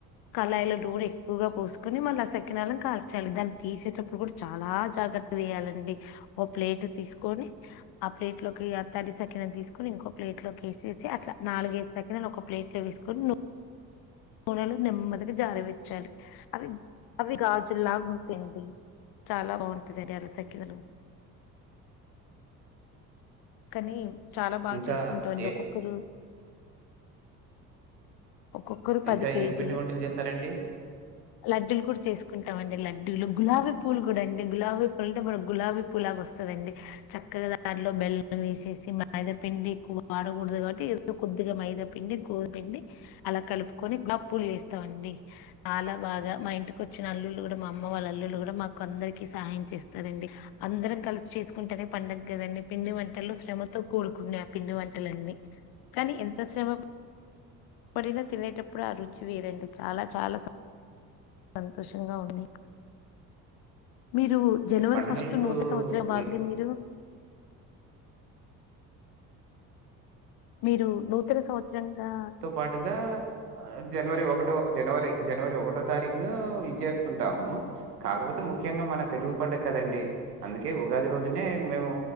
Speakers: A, on the left; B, on the right.
A: కళాయిల నూనె ఎక్కువగా పోసుకొని మళ్ళ సకినాలని కాల్చాలి దాన్ని తీసేటప్ ప్పుడు కూడా చాలా జాగ్రత్త తీయాలండి ఓ ప్లేట్ తీసుకొని ఆ ప్లేట్ లోకి ఆ తడి సకిన తీసుకొని ఇంకో ప్లేట్ లోకి ఏసి ఏసి అట్లా నాలుగైదు సకినలు ఒక ప్లేట్ లో వేసుకొని ను నూనె లో నెమ్మదిగా జారవిడచాలి అవి అవి గాజులాగా ఉంటాయండి చాలా బాగుంటదండి ఆ రోజు సకినలు కానీ చాలా బాగా
B: ఇంకా
A: చేసుకుంటరండి
B: ఏ
A: ఒక్కొక్కరు ఒక్కొక్కరు పది
B: ఇంకా
A: కేజీలు
B: ఏం పిండి వంటలు చేశారండి?
A: లడ్డులు కూడా చేసుకుంటాం అండి లడ్డూలు గులాబీ పూలు కూడా అండి గులాబీ పూలంటే మన గులాబీ పూలాగా వస్త్ స్తదండి చక్కగా దాంట్లో బెల్ అన్ని ఏసేసి మైదాపిండి ఎక్వ వాడకూడదు కాబట్టి ఏదో కొద్దిగా మైదాపిండి గోదిపిండి అలా కలుపుకొని గులాబ్ పూలు ఏస్తామండి చాలా బాగా మా ఇంటికి వచ్చిన అల్లులు కూడా మా అమ్మ వాళ్ళ అల్లులు కూడా మాకు అందరికి సహాయం చేస్తారండి అందరం కలిసి చేసుకుంటేనే పండగ కదండి పిండి వంట టలు శ్రమతో కూడుకునే ఆ పిండి వంటలన్నీ కానీ ఎంత శ్రమ పడిన తినేటప్పుడు ఆ రుచి వేరండి చాలా చాలా సంతోషంగా ఉంది మీరు జనవరి
B: పండుగలకు
A: ఫస్ట్ నూత సంవత్సరం
B: మీ
A: బాగుంది మీరు మీరు నూతన సంవత్సరంగా
B: పండుగా ఆ జనవరి ఒకటో జనవరి జనవరి ఒకటో తారీఖు ను ఇది జేస్తుంటాము కాకపోతే ముఖ్యంగా మన తెలుగు పండుగ కదండి అందుకే ఉగాది రోజునే మేము